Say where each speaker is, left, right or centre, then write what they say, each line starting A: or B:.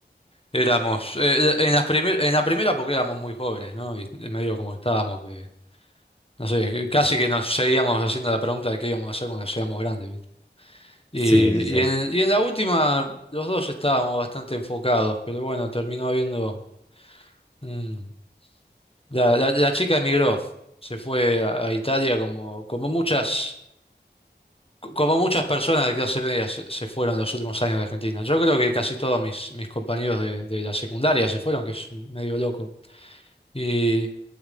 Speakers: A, on the left; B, on the left.
A: éramos, eh, en las primer- en la primera porque éramos muy jóvenes, ¿no? Y medio como estábamos, de- no sé, casi que nos seguíamos haciendo la pregunta de qué íbamos a hacer cuando seamos grandes, ¿viste? Y,
B: Sí, sí, sí.
A: y en, y en la última los dos estábamos bastante enfocados, pero bueno, terminó habiendo... un, La, la- la chica emigró, se fue a, a Italia como, como muchas, co- como muchas personas de clase media se, se fueron en los últimos años de Argentina. Yo creo que casi todos mis, mis compañeros de, de la secundaria se fueron, que es medio loco. Y,